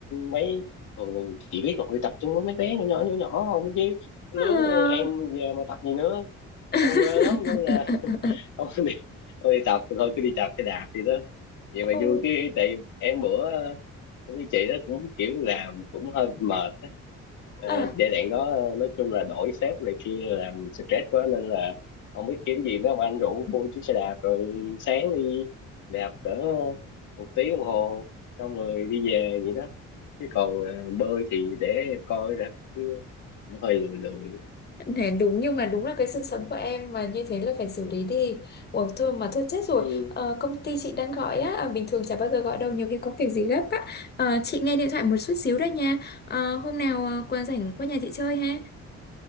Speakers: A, on the left; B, on the left.
A: mấy thường mình chỉ biết là phải tập trung với mấy bé nhỏ nhỏ nhỏ nhỏ không chứ lứa
B: <laughs>
A: em
B: À.
A: giờ mà tập gì nữa
B: <laughs>
A: ở quê lắm nên là không <laughs> đi không đi tập thì thôi cứ đi tập cái đạp gì đó vậy mà
B: Ồ,
A: vui cái tại em bữa ờ, cũng như chị đó cũng kiểu làm cũng hơi mệt á. Ờ,
B: à
A: giai đoạn đó ờ, nói chung là đổi sếp này kia làm mình stress quá nên là không biết kiếm gì mấy ông anh rủ mua chiếc xe đạp rồi sáng đi đạp cỡ một tiếng đồng hồ xong rồi đi về vậy đó chứ còn ờ, bơi thì để em coi đã chứ cũng hơi lười lười
B: Thế đúng nhưng mà đúng là cái sự sống của em mà như thế là phải xử lý đi. Ủa thôi mà thôi chết rồi.
A: ừ,
B: Ờ, công ty chị đang gọi á, à, bình thường chả bao giờ gọi đâu, nhiều khi có việc gì gấp á. Ờ, chị nghe điện thoại một chút xíu đấy nha. Ờ, hôm nào ờ, qua rảnh qua nhà chị chơi ha.